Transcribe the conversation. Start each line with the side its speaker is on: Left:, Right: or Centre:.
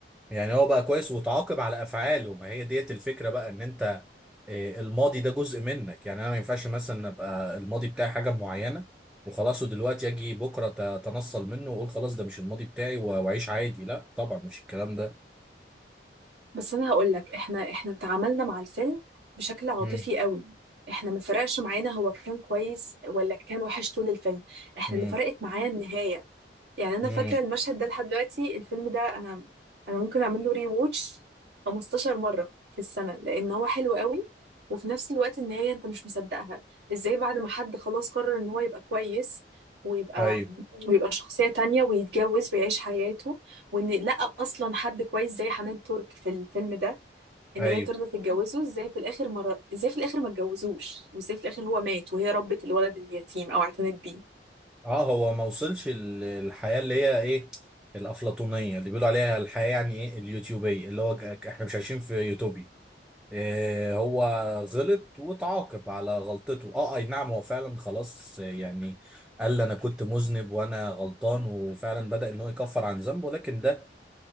Centre: يعني هو بقى كويس وتعاقب على افعاله ما هي ديت الفكره بقى ان انت إيه، الماضي ده جزء منك يعني انا ما ينفعش مثلا ابقى الماضي بتاعي حاجه معينه وخلاص ودلوقتي اجي بكره اتنصل منه واقول خلاص ده مش الماضي بتاعي و- واعيش عادي لا طبعا مش الكلام ده
Right: بس انا هقول لك احنا احنا تعاملنا مع الفيلم بشكل عاطفي
Centre: امم
Right: قوي احنا ما فرقش معانا هو كان كويس ولا كان وحش طول الفيلم احنا
Centre: امم
Right: اللي فرقت معايا النهاية يعني انا
Centre: امم
Right: فاكره المشهد ده لحد دلوقتي الفيلم ده انا انا ممكن اعمل له ري ووتش 15 مره في السنه لان هو حلو قوي وفي نفس الوقت النهايه انت مش مصدقها ازاي بعد ما حد خلاص قرر ان هو يبقى كويس ويبقى
Centre: ايوه
Right: ويبقى شخصيه تانية ويتجوز ويعيش حياته وان لقى اصلا حد كويس زي حنان ترك في الفيلم ده ان
Centre: ايوه
Right: هي ترضى تتجوزه ازاي في الاخر مرة ازاي في الاخر ما اتجوزوش وازاي في الاخر هو مات وهي ربت الولد اليتيم او اعتنت بيه
Centre: اه هو ما وصلش ال- الحياه اللي هي ايه الافلاطونيه اللي بيقولوا عليها الحياه يعني ايه اليوتيوبيه اللي هو ك- احنا مش عايشين في يوتوبيا آه، هو غلط وتعاقب على غلطته اه اي نعم هو فعلا خلاص آه، يعني قال انا كنت مذنب وانا غلطان وفعلا بدأ ان هو يكفر عن ذنبه لكن ده